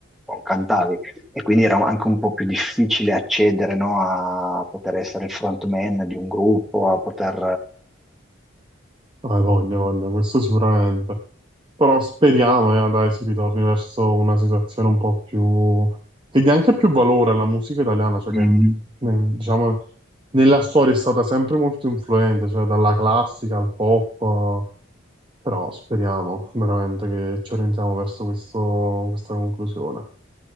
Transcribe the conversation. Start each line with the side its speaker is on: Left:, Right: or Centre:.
Centre: non cantavi. E quindi era anche un po' più difficile accedere, no, a poter essere il frontman di un gruppo, a poter...
Right: hai voglia, voglia, questo sicuramente. Però speriamo, eh, dai, si ritorni verso una situazione un po' più... che dia anche più valore alla musica italiana, cioè
Centre: eh,
Right: che,
Centre: mm,
Right: nel- diciamo, nella storia è stata sempre molto influente, cioè dalla classica al pop, eh, però speriamo veramente che ci orientiamo verso questo- questa conclusione. Mi